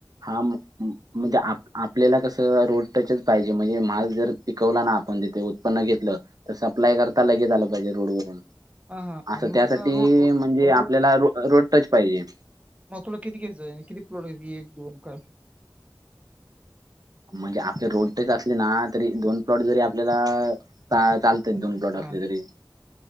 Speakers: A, on the right; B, on the right.
A: हां म. म्हणजे आप-आपल्याला कसं, रोड टचच पाहिजे, म्हणजे माल जर पिकवला ना, आपण तिथे, उत्पन्न घेतलं त सप्लाय करता लगेच आलं पाहिजे, रोड वरून.
B: हा हा
A: असं त्यासाठी,
B: मग रोड
A: म्हणजे
B: रोड
A: आपल्याला रो-रोड टच पाहिजे.
B: म तुला किती घ्यायचं, किती प्लॉट ग एक-दोन काय?
A: म्हणजे आपले रोड टच असले ना, तरी दोन प्लॉट जरी आपल्याला चा-चालत णा, दोन प्लॉट
B: हा
A: असले तरी.